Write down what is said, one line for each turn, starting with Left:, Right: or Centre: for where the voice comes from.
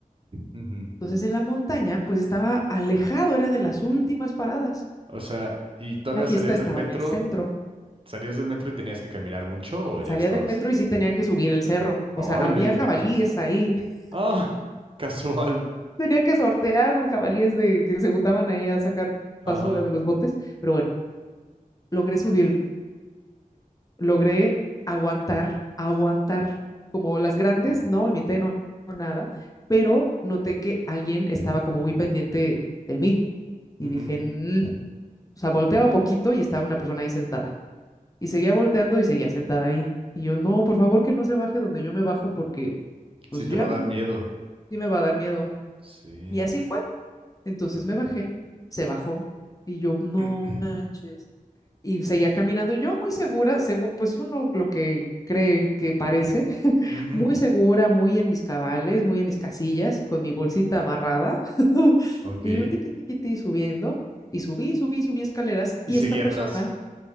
Right: Ujú.
Left: Entonces en la montaña, pues estaba alejado, era de las últimas paradas.
Right: O sea, ¿y todavía
Left: La fiesta
Right: salías
Left: estaba
Right: del metro?
Left: en el centro.
Right: ¿Salías del metro y tenías que caminar mucho o ya
Left: salía
Right: estabas?
Left: del metro y sí tenía que subir el cerro.
Right: Ay,
Left: O sea, había
Right: no inventes.
Left: jabalíes ahí. <laughs>
Right: Ah, <laughs> casual.
Left: Tenía que sortear los jabalíes de, que se juntaban ahí a sacar
Right: Ajá.
Left: basura de los botes. Pero bueno, logré subirme, logré aguantar, aguantar. Como las grandes,
Right: Sí.
Left: no imité, no, no nada, pero noté que alguien estaba como muy pendiente de mí y
Right: ujú.
Left: dije, "Mm". o sea, volteaba poquito y estaba una persona ahí sentada. Y seguía volteando y seguía sentada ahí. Y yo, no, por favor que no se baje donde yo me bajo porque pues
Right: Sí, te
Left: ya
Right: va
Left: no,
Right: a dar miedo.
Left: Sí me va a dar miedo.
Right: Sí.
Left: Y así fue. Entonces me bajé, se bajó y yo, no
Right: <clears throat>
Left: manches. Y seguía caminando yo muy segura, según, pues uno lo que cree que parece, <laughs>
Right: Ujú.
Left: muy segura, muy en mis cabales, muy en mis casillas, con mi bolsita amarrada. <laughs>
Right: Ok.
Left: Y yo tiqui, tiqui, tiqui, subiendo y subí, subí, subí escaleras y
Right: Y seguí
Left: esta persona,
Right: atrás.